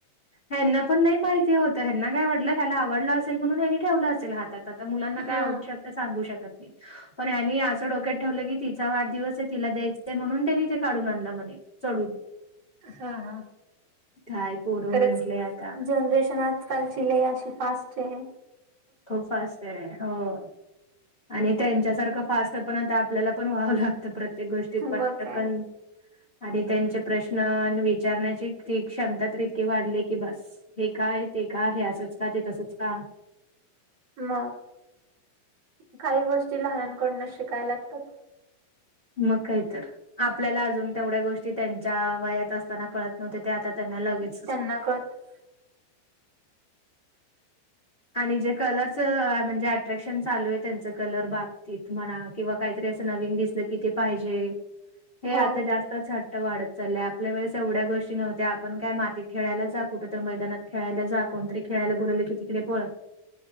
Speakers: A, on the left; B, on the right.
A: ह्यांना पण नाही माहिती होतं ह्यांना काय वाटलं ह्याला आवडलं असेल म्हणून ह्यांनी ठेवलं असेल हा तात. आता मुलांना
B: हा
A: काय आवडू शकतं सांगू शकत नाही. पण ह्यांनी असं डोक्यात ठेवलं की तिचा वाढदिवस आहे, तिला द्यायचंय म्हणून त्यांनी ते काढून आणलं म्हणे चढून.
B: हा हा.
A: काय पोरं
B: खरंच.
A: म्हंटले आता
B: जनरेशन आजकालची लय अशी फास्टय.
A: खूप फास्ट आहे, हो. आणि त्यांच्यासारखं फास्ट पण आता आपल्याला पण व्हावं लागतं प्रत्येक गोष्टीत पटकन
B: मग काय
A: आणि त्यांचे प्रश्न अन् विचारण्याची ती क्षमता ती तर इतकी वाढली की बस. हे काय ते का हे असंच का ते तसंच का?
B: मग, काही गोष्टी लहनांकडनं शिकाय लागतात.
A: मग कायतर. आपल्याला अजून तेवढ्या गोष्टी त्यांच्या वयात असताना कळत नव्हत्या ते आता त्यांना लगेच
B: त्यांना कळतं.
A: आणि जे कलरच म्हणजे अट्रॅक्शन चालू आहे त्यांच कलर बाबतीत म्हणा किंवा काहीतरी असं नवीन दिसलं कि ते पाहिजे, हे
B: हो
A: आता जास् त हट्ट वाढत चालाय. आपल्या वेळेस एवढ्या गोष्टी नव्हत्या, आपण काय मातीत खेळायला जा कुठं तर मैदानात खेळायला जा. कोणतरी खेळायला बोलवलं की तिकडे पळ.